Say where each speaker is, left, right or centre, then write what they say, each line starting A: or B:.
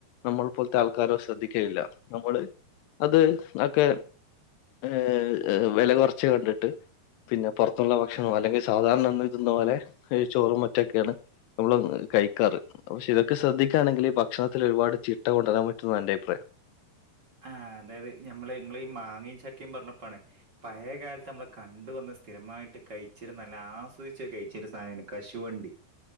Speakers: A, on the left (about 85°); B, on the right (about 30°).
A: നമ്മൾ പോലത്തെ ആൾക്കാരോ ശ്രദ്ധിക്കയില്ല നമ്മള് അത് ഒക്കെ ഏ വില കുറച്ച് കണ്ടിട്ട് പിന്നെ പുറത്തുള്ള ഭക്ഷണവും അല്ലെങ്കിൽ സാധാരണ ഇത് തിന്നുന്ന പോലെ ചോറും മറ്റൊക്കെയാണ് നമ്മള് കഴിക്കാറ് പക്ഷെ ഇതൊക്കെ ശ്രദ്ധിക്കാണെങ്കിൽ ഈ ഭക്ഷണത്തിൽ ഒരുപാട് ചിട്ട കൊണ്ടുവരാൻ പറ്റുംന്നാണ് എന്റെ അഭിപ്രായം
B: ആ അതായത് ഞമ്മള് ഇങ്ങള് മാങ്ങയും ചക്കയും പറഞ്ഞപ്പാണ് പഴ കാലത്ത് നമ്മൾ കണ്ട വന്ന സ് സ്ഥിരമായിട്ട് കഴിച്ചിരുന്ന നല്ല ആസ്വദച്ച് കഴിച്ചിരു സാധനാണ് കശുവണ്ടി